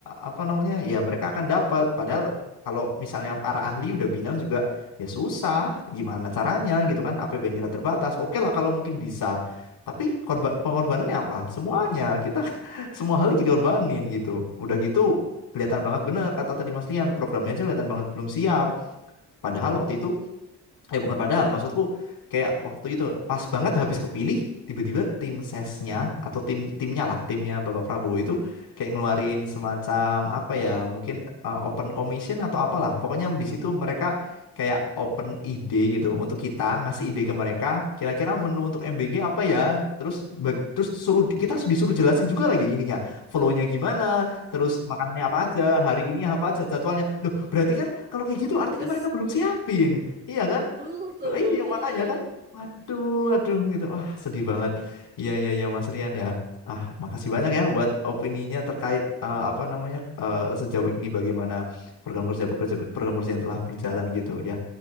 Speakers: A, on the left; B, on the right.
A: apa namanya ya mereka akan dapat padahal kalau misalnya para ahli udah bilang juga ya susah gimana caranya gitu kan APBN kita terbatas oke lah kalau mungkin bisa tapi korban pengorbanannya apa semuanya kita <laughs> semua hal kita diorbanin gitu udah gitu kelihatan banget bener kata tadi Mas Lian programnya aja kelihatan banget belum siap padahal waktu itu eh bukan padahal maksudku kayak waktu itu pas banget habis kepilih tiba-tiba tim sesnya atau tim timnya lah timnya Bapak Prabowo itu kayak ngeluarin semacam apa ya mungkin uh, open commission atau apalah pokoknya di situ mereka kayak open ide gitu untuk kita ngasih ide ke mereka kira-kira menu untuk MBG apa ya terus bag- terus suruh kita disuruh jelasin juga lagi ininya flow-nya gimana terus makanannya apa aja hari ini apa aja jadwalnya loh berarti kan kalau kayak gitu artinya
B: gak
A: mereka
B: sih
A: belum siapin iya kan
B: betul
A: Loh, Iya
B: iya
A: makanya kan, waduh, waduh gitu, wah sedih banget. Iya iya iya Mas Rian ya. Ah makasih banyak ya buat opininya terkait eh, apa namanya eh, sejauh ini bagaimana program kerja pekerja program kerja yang telah berjalan gitu ya.